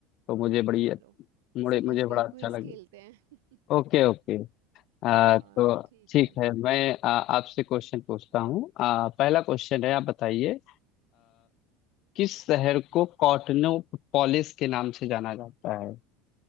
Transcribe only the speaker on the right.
चलो
समझ
गई क्विज
खेलते हैं
<laughs> हाँ
ठीक
है